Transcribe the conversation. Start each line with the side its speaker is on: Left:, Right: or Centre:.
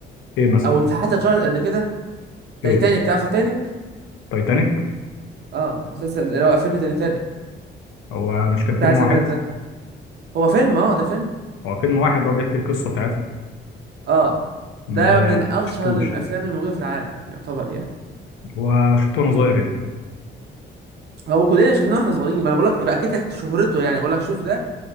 Left: إيه مثلا
Right: او حتى اتشهرت قبل كده تايتانيك
Left: إيه
Right: تعرف تايتانيك
Left: تايتانيك
Right: اه مسلسل اللي هو فيلم تايتانيك
Left: هو مش كان فيلم
Right: بتاع زمان
Left: واحد
Right: ده هو فيلم اه ده فيلم
Left: هو فيلم واحد هو بيحكي القصة بتاعتها
Right: اه
Left: ما
Right: ده من اشهر
Left: شفتوش
Right: الافلام
Left: طيب
Right: الموجوده في العالم يعتبر يعني
Left: هو شفته وأنا صغير
Right: يعني
Left: يمكن
Right: هو كلنا شفناه واحنا صغيرين ما انا بقول لك يبقى اكيد لك شهرته يعني بقول لك شوف ده